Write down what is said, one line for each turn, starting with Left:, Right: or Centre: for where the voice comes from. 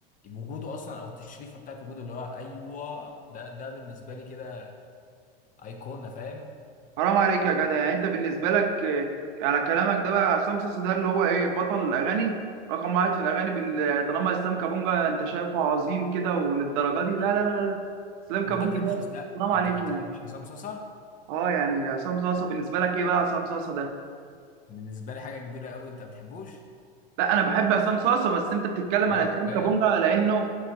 Left: ال... وجوده اصلا او التشريفه بتاعت وجوده اللي هو ايوه ده ده بالنسبه لي كده ايقونه فاهم
Right: حرام عليك يا جدع يعني انت بالنسبه لك آه، على كلامك ده بقى عصام صاصا ده اللي هو ايه بطل الاغاني رقم واحد في الاغاني بال... طالما اسلام كابونجا انت شايفه عظيم كده وللدرجه دي لا لا لا لا. اسلام كابونجا
Left: وانت ما بتحبش
Right: ده
Left: اس- لا
Right: حرام عليك
Left: انت ما بتحبش
Right: يعني
Left: عصام صاصا
Right: اه يعني عصام صاصه بالنسبه لك ايه بقى عصام صاصه ده
Left: بالنسبه لي حاجه كبيره قوي انت ما بتحبوش
Right: لا انا بحب عصام صاصه بس انت بتتكلم
Left: اه
Right: على
Left: اوكي
Right: اسلام كابونجا
Left: اه
Right: لانه